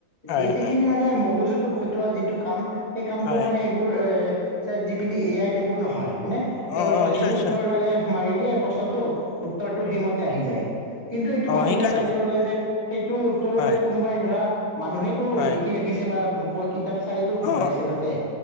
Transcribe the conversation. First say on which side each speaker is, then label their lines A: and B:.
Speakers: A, on the left; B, on the left.
A: হয়
B: তে সেইখিনি
A: হয়
B: মানে মগজুত টো খটোৱা যিটো কাম সেই কামটো
A: হয়
B: মানে সেইবোৰ চ্যাট জি পি টি, এ আইত এইবোৰ নহয়। -মানে তেওঁলোকৰ
A: অ অ নিশ্চয়
B: যিটো
A: নিশ্চয়
B: উত্তৰ লাগে মাৰি দিয়ে প্ৰশ্নটো উত্তৰ সেইমতে আহি যায়। কিন্তু এইটো
A: অ
B: ভাবি
A: সেইকাৰণেতো
B: নাচায় তেওঁলোকে যে সেইটো উত্তৰো
A: হয়
B: যে কোনোবাই ধৰা মানুহেটো
A: হয়
B: লিখি ৰাখিছে বা <unintelligible> কিতাপ চাইয়েটো ভৰাইছে
A: অ
B: তাতে।